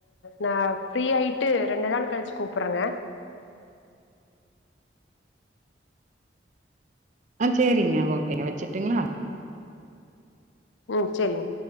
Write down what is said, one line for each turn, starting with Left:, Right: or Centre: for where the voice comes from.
Left: நா ஃப்ரீயாய்ட்டு ரெண்டு நாள் கழுச்சு கூப்பறங்க
Right: ஆ செரிங்க ஓகேங்க வச்சுட்டுங்களா
Left: ம் செரிங்